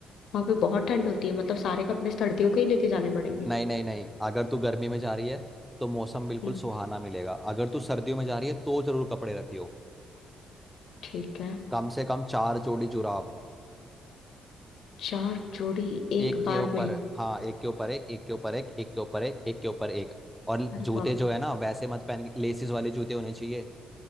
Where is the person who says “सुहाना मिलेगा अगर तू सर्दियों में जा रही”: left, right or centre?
Centre